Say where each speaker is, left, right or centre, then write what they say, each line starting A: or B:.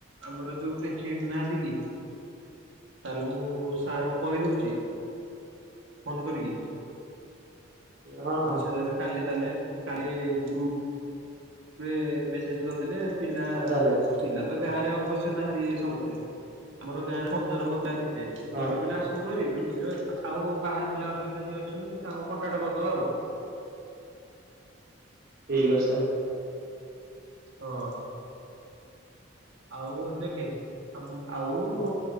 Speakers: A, on the right (about 65°); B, on the right (about 50°).
A: ଆମର ଯୋଉ ପ୍ରେସିଡେଣ୍ଟ ନାହାନ୍ତି କି? ତାହେଲେ ମୁଁ ସାର୍ ଙ୍କୁ କହିଦଉଛି ଫୋନ୍ କରିକି।
B: ହଁ ହଁ
A: ସେ ତାଲେ କାଲି ତାଲେ କାଲି ଗ୍ରୁପ୍ ରେ ମେସେଜ କରିଦେଲେ ପିଲା
B: ହଉ ତାହେଲେ
A: ପିଲା ତ ଗାଁ ରେ ଅବଶ୍ୟ ନାହାନ୍ତି ସମସ୍ତେ ଆମର ଗାଁରେ ପନ୍ଦର ପିଲା ଥିବେ ସେ
B: ହଁ
A: ପନ୍ଦର ପିଲା ଆସ ଫୋନକରି <inaudible> ଆଉ ବାହାର ପିଲାଙ୍କ ସହିତ ଯିଏ ଅଛନ୍ତି ତାଙ୍କୁ କଣ୍ଟାକ୍ଟ କରିଦବା ଆଉ।
B: ଠିକ୍ ଅଛି ତା
A: ହଁ। ଆଉ ଦେଖେ ଆଉ